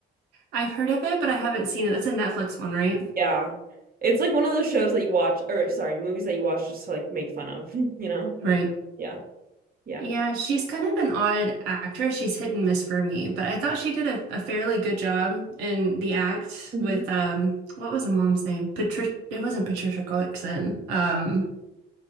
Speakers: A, on the right; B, on the right.
A: I've heard of it, but I haven't seen it. That's a Netflix one, right?
B: Yeah. It's like one of those shows that you watch, or sorry, movies that you watch just to like make fun of, <laughs> you know?
A: Right.
B: Yeah. Yeah.
A: Yeah, she's kind of an odd actress. She's hit and miss for me, but I thought she did a, a fairly good job in the act
B: Mhm.
A: with um what was the mom's name? Patricia it wasn't Patricia Clarkson. Um